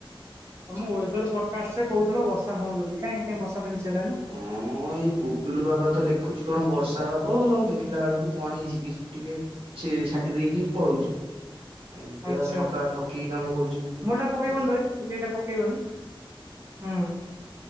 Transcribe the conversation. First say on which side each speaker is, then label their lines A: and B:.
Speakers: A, on the right; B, on the right.
A: ତମ ୱେଦର ପଡକାଷ୍ଟ ରେ କହୁଥିଲ ବର୍ଷା ହବ ବୋଲି କାଇଁ କାଇଁ ବର୍ଷା ତ କିଛି ହେଲାନି।
B: ହଁ ଏଇ ଗୁଗୁଲୁ ବାବା ତ ଲେଖୁଛି କଣ ବର୍ଷା ହବ ଦେଖିଲା ବେଳକୁ କଣ ଏଇ ହେଇ ଝିପି ଝିପ ଟିକେ ଛେ ଛାଟି ଦେଇକି ପଳଉଛି। ଆ ଏମିତିଆ
A: ଆଚ୍ଛା
B: ଠକା ଠକି କାମ କରୁଛି ଗୁଗୁଲୁ
A: ମୋରଟା
B: ଆଉ କଣ କରିବା।
A: <unintelligible> ପକେଇବନି ହଁ।